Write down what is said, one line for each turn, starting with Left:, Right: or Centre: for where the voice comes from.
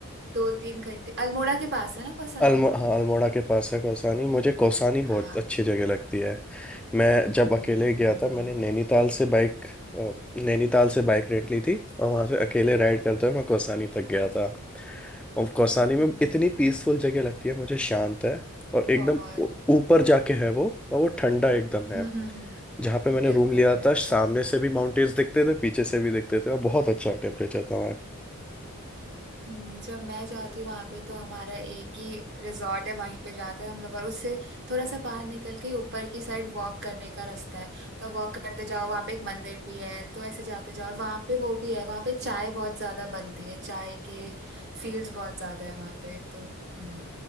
Right: दो तीन घंटे अल्मोड़ा के पास है ना कौसानी
Centre: अल्मो हाँ अल्मोड़ा के पास है कौसानी मुझे कौसानी
Right: हाँ
Centre: बहुत अच्छी जगह लगती है मैं जब अकेले
Right: हम्म
Centre: गया था मैंने नैनीताल से बाइक नैनीताल से बाइक रेंट ली थी और वहां से अकेले राइड करते हुए मैं कौसानी तक गया था और कौसानी में
Right: हम्म,
Centre: इतनी पीसफुल जगह लगती है मुझे शांत है और एकदम
Right: बहुत
Centre: ऊ- ऊपर जाके है वो और वो ठंडा एकदम
Right: हम्म
Centre: है
Right: हम्म हम्म, <laughs>
Centre: जहाँ पे मैंने
Right: बिल्कुल
Centre: रूम लिया
Right: बिल्कुल
Centre: था सामने से भी माउंटेन्स दिखते थे पीछे से भी दिखते थे और बहुत अच्छा टेम्परेचर था
Right: हम्म, जब मैं जाती हूँ वहां पे तो हमारा एक ही रिजॉर्ट है वहीं पे जाते हैं हम लोग और उससे थोड़ा सा बाहर निकल के ऊपर की साइड वॉक करने का रास्ता है तो वॉक करते जाओ वहां पे एक मंदिर भी है तो ऐसे जाते जाओ और वहां पे वो भी है वहां पे चाय बहुत ज्यादा बनती है चाय के फील्ड्स बहुत ज्यादा है वहां पे तो हम्म